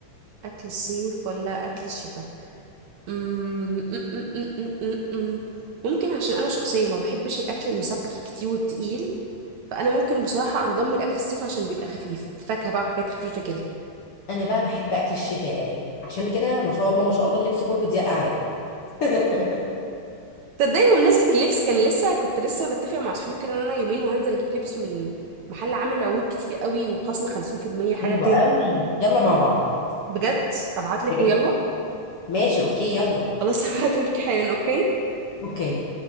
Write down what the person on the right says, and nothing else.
اكل الصيف ولا اكل الشتاء أمم، أم، أم، أم، أم، أم، أم. ممكن عشان انا شخصيه ما بحبش الاكل المسبك كتير والتقيل فانا ممكن بصراحه انضم لاكل الصيف عشان بيبقى خفيف فاكهه بقى وحاجات خفيفه كده
تصدقي بمناسبه اللبس كان لسه كنت لسه بتفق مع صحابي كده ان انا يومين وهنزل اجيب لبس من محل عامل عروض كتير قوي وخصم 50% حاجه
بجد ابعتلك
ويلا
خلاص <laughs> هبعتهولك حالا اوكي